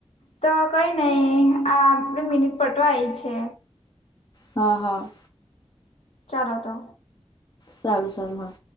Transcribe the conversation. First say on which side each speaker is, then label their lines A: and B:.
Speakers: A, on the left (about 80°); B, on the left (about 40°).
A: તો કઈ નઈ આ આપે મિનિટ પતવા આઈ છે.
B: હા, હા.
A: ચાલો તો.
B: સારું, સારું, હા.